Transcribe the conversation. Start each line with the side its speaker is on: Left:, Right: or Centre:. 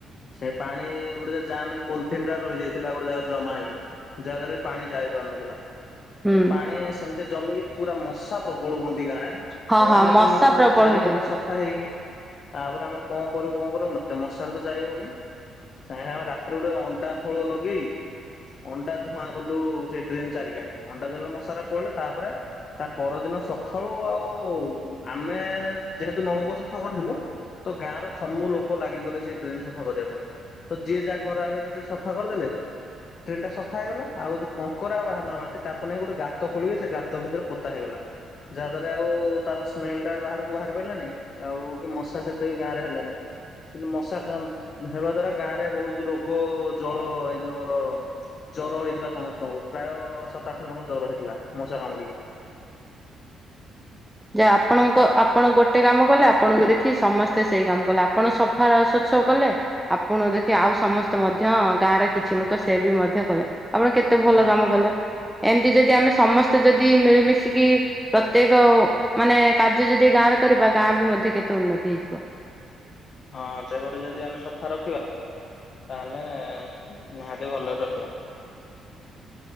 Left: ସେ ପାଣି ଗୋଟେ ଯାହା ପୋଲଥିନ ରେ ରହି ଯାଇଥିଲା ଗୋଟେ ଯାହା ଜମା ହେଇକି। ଯାହାଦ୍ୱାରା କି ପାଣି ଯାଇ ପାରୁନଥିଲା,
Centre: ହୁଁ
Left: ପାଣି ସେମିତି ଜମିକି, ପୁରା ମଶା ପ୍ରବଳ ହୁଅନ୍ତି।
Centre: ହଁ
Left: କଣ
Centre: ହଁ
Left: ଏତେ ମଶା ହୋଉଚି,
Centre: ପ୍ରବଳ
Left: ଚାରିପଟେ
Centre: ହୁଅନ୍ତି।
Left: ସଫା ହେଇକି ତାପରେ ଆମେ କଣ କରିବୁ, କଣ କରିବୁ, ଏତେ ମସା ହେଲେ ତ ଯାଇ ହଉନି। ସାଙ୍ଗେ ସାଙ୍ଗେ ରାତିରେ ଗୋଟେ ଅଣ୍ଡା ଖୋଳ ଲଗେଇ ଅଣ୍ଡା ଧୂଆଁ କଲୁ, ସେଇ ଡ୍ରେନ୍ ଚାରିକାନି, ଅଣ୍ଡା ଜଳେଲୁ ମଶରା ପଳେଇଲେ, ତାପରେ ତା ପରଦିନ ସକାଳୁ ଆଉ ଆମେ ଯେହେତୁ ନଳକୂପ ସଫା କରିଥିଲୁ। ତ ଗାଁ ର ସବୁ ଲୋକ ଲାଗିଗଲେ ସେଇ ଟ୍ରେନ ସଫା କରିବା ପାଇଁ, ତ ଯିଏ ଯାହା ଘର ଆଗରେ ଯେତେବେଳେ ସଫା କରିଦେଲେ, <unintelligible> ଟା ସ କଥା ହେଇଗଲା, ଆଉ ଯୋଉ କଙ୍କରା ବାହାରିଲା ମାଟି, ତାକୁ ନେଇ ଗୋଟେ ଗାତ ଖୋଳିବେ, ସେ ଗାତ ଭିତରେ ପୋତା ହେଇଗଲା। ଯାହାଦ୍ଵାରା ଆଉ ତାର ସ୍ମେଲ ଟା ବାହାରକୁ ବାହାରି ପାରିଲାନି, ଆଉ କି ମଶା ସେତେ ବି ଗାଁ ରେ ହେଲାନି। ହ କିନ୍ତୁ ମଶା ହେବା ଦ୍ଵାରା ଗାଁ ରେ ବୋହୁତ ରୋଗ ଜଳ ଏଇ ଯୋଉ ଆମର ଜର ହେଇଥିଲା ସମସ୍ତଙ୍କୁ, ପ୍ରାୟ ସାତ, ଆଠ ଜଣକୁ ଜର ହେଇଥିଲା ମଶା କାମୁଡିକି।
Centre: <inaudible> ଯାହା ଆପଣଙ୍କ ଆପଣ ଗୋଟେ କାମ କଲେ, ଆପଣଙ୍କୁ ଦେଖି ସମସ୍ତେ ସେଇ କାମ କଲେ ଆପଣ ସଫା ସୁ କଲେ ଆପଣ ଦେଖି ଆଉ ସମସ୍ତେ, ମଧ୍ୟ ଗାଁରେ କିଛି ଲୋକ ସେ ବି ମଧ୍ୟ କଲେ। ଆପଣ କେତେ ଭଲ
Left: ହଁ।
Centre: କାମ କଲେ, ଏମିତି ଯଦି ଆମେ ସମସ୍ତେ ଯଦି ମିଳିମିଶିକି ପ୍ରତ୍ୟେକ ମାନେ କାର୍ଯ୍ୟ ଯଦି ଗାଁ ରେ କରିବା, ଗାଁ ବି ମଧ୍ୟ କେତେ ଉନ୍ନତି ହେଇଯି
Left: ହଁ ସେପଟେ ଯଦି ଆମେ ସଫା ରଖିବା, ତାହେଲେ ନିହାତି ଭଲରେ ରହିବ।